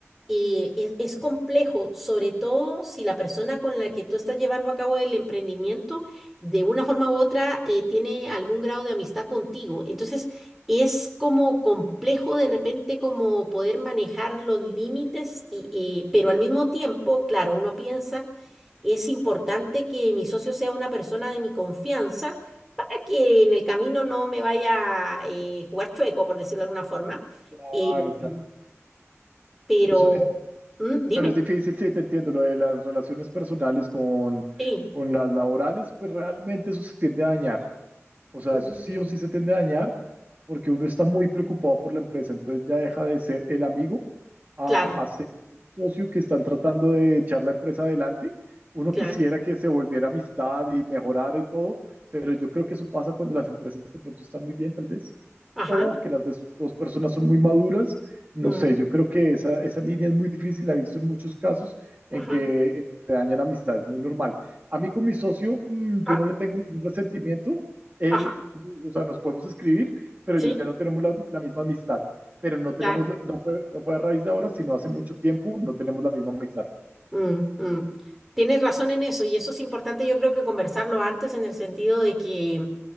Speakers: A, in the centre; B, on the right.
A: eh, es, es complejo, sobre todo si la persona con la que tú estás llevando a cabo el emprendimiento, de una forma u otra, eh, tiene algún grado de amistad contigo. Entonces, es como complejo de repente como poder manejar los límites, y, eh, pero al mismo tiempo, claro, uno piensa, es importante que mi socio sea una persona de mi confianza para que en el camino no me vaya a jugar chueco, por decirlo de alguna forma.
B: Claro,
A: Eh,
B: claro.
A: pero,
B: Eso es,
A: mm, dime,
B: pero es difícil, sí, te entiendo. Lo de las relaciones personales con,
A: sí,
B: con las laborales, pues realmente eso se tiende a dañar. O sea,
A: mm,
B: eso sí o sí se tiende a dañar porque uno está muy preocupado por la empresa, entonces ya deja de ser el amigo a,
A: claro,
B: a ser el socio que están tratando de echar la empresa adelante. Uno
A: claro,
B: quisiera que se volviera amistad y mejorara y todo, pero yo creo que eso pasa cuando las empresas de pronto están muy bien, tal vez
A: ajá,
B: o que las des- dos personas son muy maduras. No
A: mm,
B: sé, yo creo que esa, esa línea es muy difícil, la he visto en muchos casos en
A: ajá,
B: que eh, te daña la amistad, es muy normal. A mí con mi socio, mm,
A: ajá,
B: yo no le tengo ningún resentimiento, él,
A: ajá,
B: mm, o sea, nos podemos escribir, pero
A: sí,
B: ya ya no tenemos la, la misma amistad, pero no tenemos,
A: claro.
B: la- no fue, no fue a raíz de ahora, sino hace mucho tiempo, no tenemos la misma amistad.
A: Mm, mm. Tienes razón en eso y eso es importante, yo creo que conversarlo antes en el sentido de que,